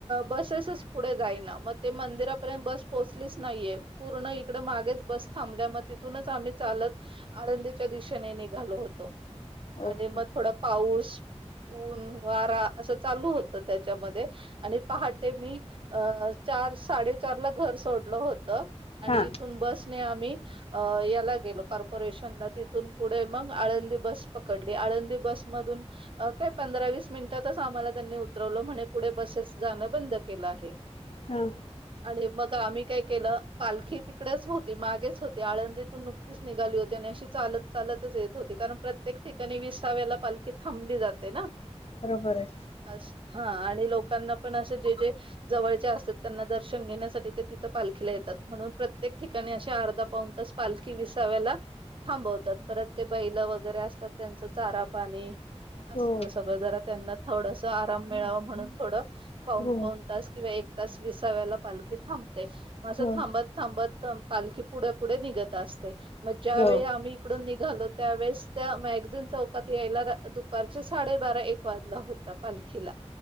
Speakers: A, on the right (about 50°); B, on the left (about 60°).
A: बसेसच पुढे जाईना मग ते मंदिरापर्यंत बस पोहोचलीच नाहीये पूर्ण इकडे मागेच बस थांबल्या मग तिथूनच आम्ही चालत आळंदीच्या दिशेने निघालो होतो
B: ओके
A: आणि मग थोडा पाऊस ऊन वारा अस चालू होत त्याच्यामध्ये आणि पहाटे मी अ चार साडेचार ला घर सोडलं होतं. आणि
B: हां
A: इथून बस आम्ही याला गेलो कॉर्पोरेशनच्या तिथून पुढे मग आळंदी बस पकडली आळंदी बस मधून काय पंधरा वीस मिनिटातच आम्हाला त्यांनी उतरवलं म्हणे पुढे बसेस जाणं बंद केलं आहे.
B: हम्म
A: आणि मग आम्ही काय केलं पालखी तिकडेच होती मागेच होती आळंदीतून नुकतीच निघाली होती आणि अशी चालत चालतच येत होती कारण प्रत्येक ठिकाणी विसाव्याला पालखी थांबली जाते ना.
B: बरोबर आहे.
A: अस हा आणि लोकांना पण असं जे जे जवळचे असतात त्यांना दर्शन घेण्यासाठी ते तिथं पालखीला येतात म्हणून प्रत्येक ठिकाणी अे अर्धा पाऊन तास पालखी विसाव्याला थांबवतात परत ते बैल वगैरे असतात त्यांचं चारा पाणी असत
B: हो
A: सगळं जरा त्यांना थोडस आराम मिळाव म्हणून थोडं पाऊन
B: हो
A: पाऊन तास किंवा एक तास विसाव्याला पालखी थांबते मं
B: हो
A: थांबत थांबत पालखी पुढं पुढे निघत असते. मग ज्या
B: हो
A: वेळी आम्ही इकडून निघालो त्यावेळेस त्या मॅगझिन चौकात यायला दुपारच्या साडेबारा एक वाजला होता. पालखीला